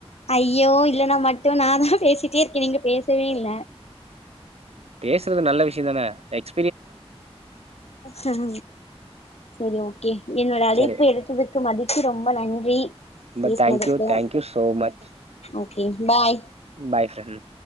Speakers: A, on the left; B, on the right.
A: ஐயோ இல்லன்னா மட்டு நா தா பேசிட்டே இருக்கே நீங்க பேசவே இல்
B: பேசுறது நல்ல விஷியோ தானே எக்
A: செர் சேரி ஓகே என்னோட அழைப்பு
B: சரி
A: எடுத்தது அதுக்கு மதிச்சி ரொம்ப நன்றி
B: ரொம்ப
A: பேசுனதுக்கு
B: தேங்க்யூ thank you so much
A: okay bye
B: bye friend